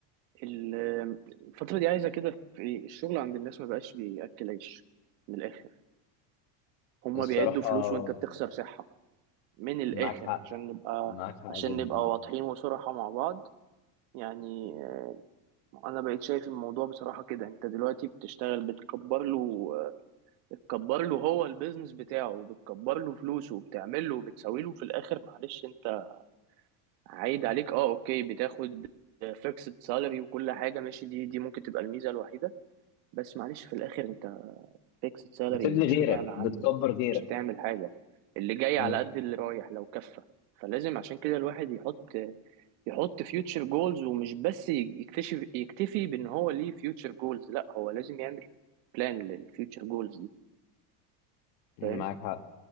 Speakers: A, on the right; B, on the left.
A: ال- الفترة دي عايزة كده في إيه الشغل عند الناس ما بقاش بيأكل عيش من الآخر هما
B: الصراحه
A: بيعدوا فلوس وأنت بتخسر صحة من الآخر
B: معاك حق
A: عشان نبقى
B: معاك حق
A: عشان
B: جدا
A: نبقى واضحين وصراحة مع بعض يعني آه، أنا بقيت شايف الموضوع بصراحة كده أنت دلوقتي بتشتغل بتكبر له آه، بتكبر له هو البيزنس بتاعه بتكبر له فلوسه وبتعمل له وبتسوي له في الآخر معلش أنت عايد عليك أه أوكي بتاخد فيكسد سالري وكل حاجة ماشي دي دي ممكن تبقى الميزة الوحيدة بس معلش في الآخر أنت فيكسد سالري
B: بتبني
A: مش
B: غيرك
A: هتعلى عنه
B: بتكبر غيرك
A: مش هتعمل حاجة اللي جاي
B: مم.
A: على قد اللي رايح لو كفى فلازم عشان كده الواحد يحط يحط فيوتشر جولز ومش بس يكتشف يكتفي بان هو ليه فيوتشر جولز لا هو لازم يعمل بلان للفيوتشر جولز دي
B: معاك
A: فاهم
B: حق